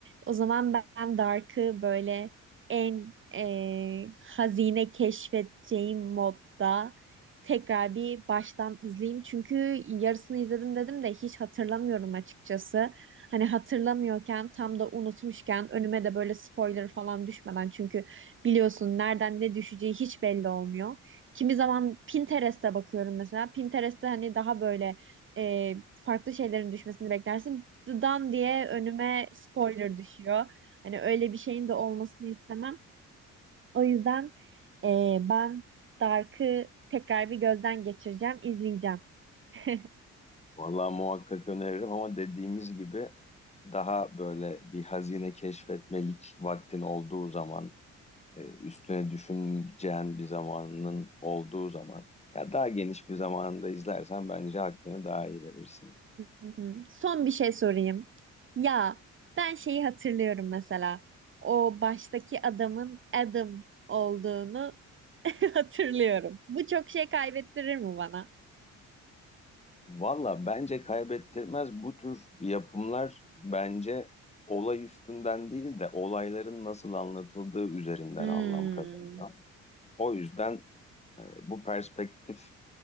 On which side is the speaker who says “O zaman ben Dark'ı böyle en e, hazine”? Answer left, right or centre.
Right